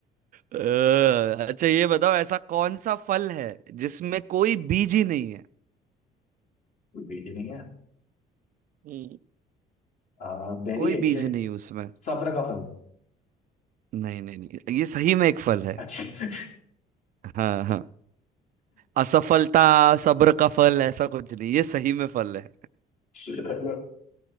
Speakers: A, on the right; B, on the left.
A: अच्छा ये बताओ ऐसा कौन सा फल है जिसमें कोई बीज ही नहीं है
B: कोई भी नहीं है
A: हम्म।
B: आ, बहरी
A: कोई
B: है
A: बीज
B: क्या ये?
A: नहीं है उसमें
B: सब्र का फल
A: नहीं नहीं नहीं ये सही में एक फल है
B: अच्छा
A: हाँ हाँ असफलता सब्र का फल ऐसा कुछ नहीं ये सही में फल है
B: चलो